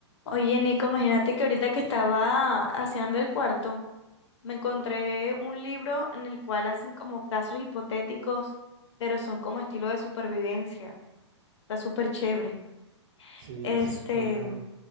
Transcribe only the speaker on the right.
Sí,
súper bacano.